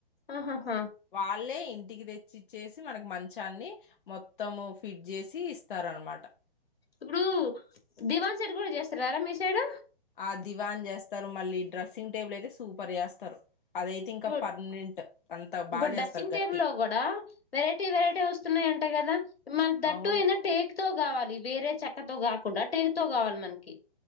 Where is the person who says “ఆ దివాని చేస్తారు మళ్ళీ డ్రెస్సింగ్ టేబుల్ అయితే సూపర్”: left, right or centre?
Left